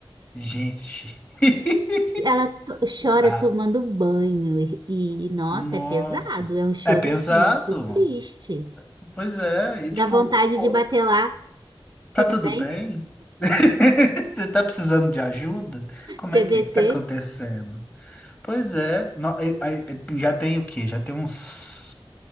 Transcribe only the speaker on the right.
Ela to- chora
tomando banho e, e, nossa,
é pesado, é um choro
assim, muito triste.
Dá
vontade
de bater lá.
Você
tá bem?
CVC?